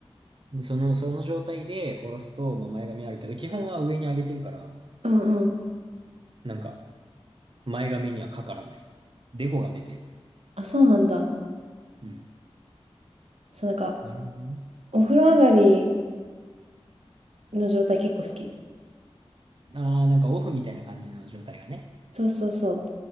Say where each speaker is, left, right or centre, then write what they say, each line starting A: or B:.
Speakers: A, on the right; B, on the right.
A: その、その状態で下ろすと、まあ、前髪あるけど、基本は上に上げてるから、
B: うんうん。
A: なんか、前髪にはかからない。デコが出てる。
B: あ、そうなんだ。
A: うん。
B: そう、なんか、
A: なるほどね。
B: お風呂上がりの状態結構好き。
A: ああ、なんかオフみたいな感じの状態がね。
B: そうそうそう。